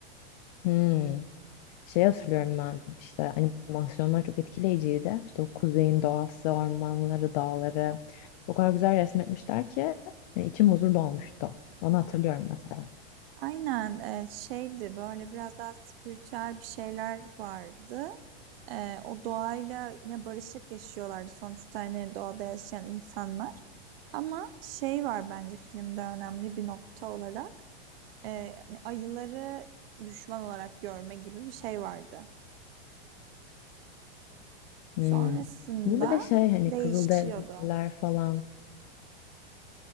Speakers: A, on the left; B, on the right.
A: Hmm. Şey hatırlıyorum ben işte animasyonlar çok etkileyiciydi. İşte o kuzeyin doğası, ormanları, dağları o kadar güzel resmetmişler ki e, içim huzur dolmuştu. Onu hatırlıyorum mesela.
B: Aynen e, şeydi böyle biraz daha spiritüel bir şeyler vardı. E, o doğayla yine barışık yaşıyorlardı sonuçta hani doğada yaşayan insanlar. Ama şey var bence filmde önemli bir nokta olarak. e, hani ayıları düşman olarak görme gibi bir şey vardı.
A: Hmm.
B: Sonrasında
A: Bu bir de şey hani
B: değişiyordu.
A: Kızılderililer falan